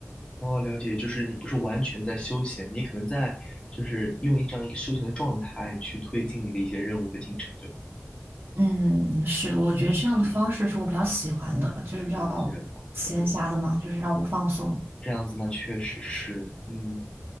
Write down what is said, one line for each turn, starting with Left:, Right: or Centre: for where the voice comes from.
Left: 哦，了解，就是你不是完全在休闲，你可能在就是用一张一个休闲的状态去推进你的一些任务和进程，对吧？
Right: 嗯，是，我觉得这样的方式是我比较喜欢的，
Left: 嗯，
Right: 就是比较闲暇的嘛，
Left: 了解了，我懂了。
Right: 就是让我放松。
Left: 这样子那确实是，嗯，